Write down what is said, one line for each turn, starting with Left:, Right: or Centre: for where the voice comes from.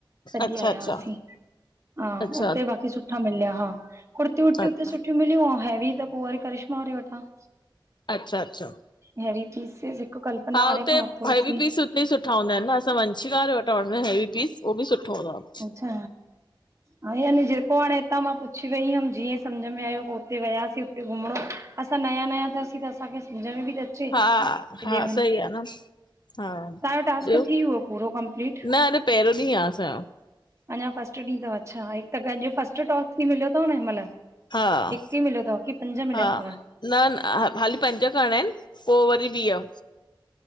Right: तॾहिं
Left: अच्छा
Right: आयासीं
Left: अच्छा
Right: हा
Left: अच्छा
Right: उते बाक़ी सुठा मिलिया हा। कुर्ती वुर्तीयूं
Left: अच्छा
Right: उते सुठियूं मिलियूं ऐं हैवी त पोइ वरी करिश्मा वारे वटां।
Left: अच्छा अच्छा,
Right: हैवी पीसिस हिकु कल्पना
Left: हा
Right: वारे
Left: हुते
Right: खां वरितो हुयसि
Left: हैवी पीस इते सुठा हूंदा आहिनि न असां वंशिका वारे वटा वठंदा आहियु हेवी पीस उहो बि सुठो हूंदो आ।
Right: अच्छा, हा यानी जेको हाणे इतां मां पुछी वई हुअमि जीअं सम्झ में आयो पोइ हुते वियासीं हुते घुमणो असां नया नया थियासीं त असांखे सम्झ में बि त अचे।
Left: हा
Right: केॾे
Left: हा
Right: वञ
Left: सही आ न। हा ॿियो,
Right: तव्हांजो टास्क थी वियो पूरो कंप्लीट
Left: न अॾु पहिरों ॾींहुं आ असां जो।
Right: अन्या फस्ट ॾि तव अच्छा हिकु त फस्ट टास्क ई मिलियो तव न हिमल।
Left: हा
Right: हिक ई मिलियो तव की पंज मिलिया
Left: हा
Right: तव?
Left: न न हाली पंज करिणा आहिनि पो वरी वीह।